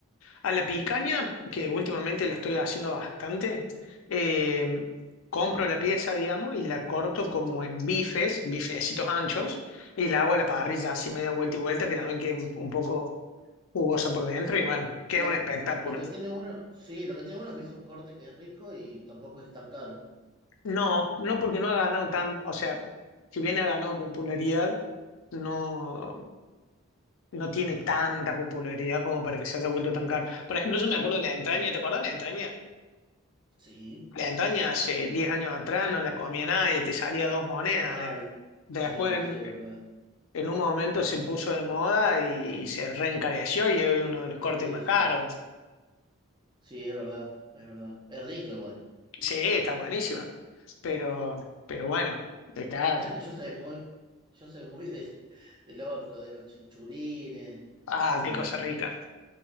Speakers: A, on the left; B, on the right.
A: a la picaña, que últimamente la estoy haciendo bastante, eh, compro la pieza, digamos, y la corto como en bifes, bifecitos anchos, y la hago a la parrilla
B: ¿no?
A: así media vuelta y vuelta, que también queda un poco jugosa por dentro,
B: Lo,
A: y
B: lo,
A: bueno, queda
B: lo-
A: un espectáculo.
B: lo que tiene bueno, sí, lo que tiene bueno es que es un corte que es rico y tampoco es tan caro.
A: No, no porque no ha ganado tanto, o sea, si bien ha ganado popularidad, no, no tiene tanta popularidad como para que se haya vuelto tan caro. Por ejemplo, yo me acuerdo de la entraña,
B: Claro.
A: ¿te acuerdas de la entraña?
B: Sí,
A: La entraña hace 10 años atrás no la comía nadie, te salía dos monedas.
B: mal.
A: De, después,
B: Sí,
A: en,
B: sí, es verdad.
A: en un momento se puso de moda y, se reencareció y hoy uno de los cortes
B: Sí,
A: más
B: sí.
A: caros.
B: Sí, es verdad, es verdad. Es rico igual.
A: Sí, está buenísima. Pero, pero bueno, está,
B: ¿Sabes que yo soy muy, yo soy muy de, del otro, de los chinchulines,
A: ah,
B: de...
A: qué cosa rica.